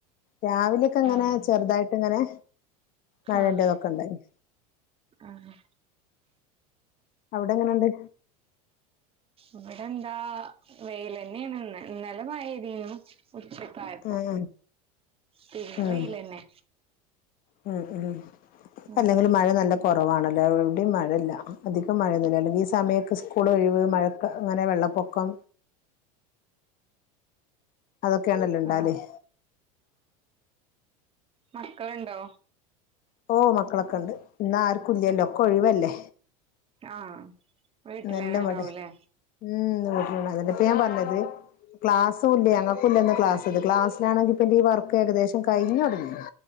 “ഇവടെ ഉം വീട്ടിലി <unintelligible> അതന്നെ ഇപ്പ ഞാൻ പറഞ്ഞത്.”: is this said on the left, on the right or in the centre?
Left